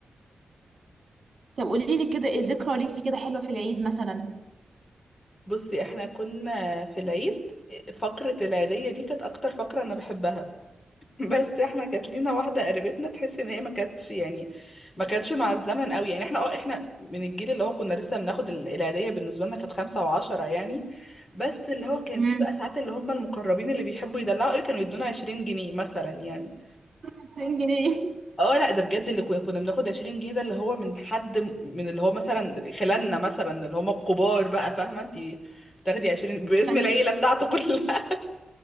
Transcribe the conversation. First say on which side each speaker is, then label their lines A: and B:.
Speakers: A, on the right; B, on the left.
A: طب قولي لي كده ايه ذكرى ليكي كده حلوه في العيد مثلا
B: بصي احنا كنا في العيد فقره العيديه دي كانت اكتر فقره انا بحبها بس احنا كانت لينا واحده قريبتنا تحس ان هي ما كانتش يعني ما كانتش مع الزمن قوي يعني احنا اه احنا من الجيل اللي هو كنا لسه بناخد ال- العيديه بالنسبه لنا كانت خمسة وعشرة يعني بس اللي هو كان
A: امم
B: في بقى ساعات اللي هم المقربين اللي بيحبوا يدلعوا قوي كانوا يدونا 20 جنيه مثلا يعني
A: 2000 جنيه
B: اه لا ده بجد اللي كنا كنا بناخد 20 جنيه ده اللي هو من حد م- من اللي هو مثلا خلالنا مثلا اللي هم الكبار بقى فاهمه انت تاخدي 20 باسم
A: كان-
B: العيله بتاعته كلها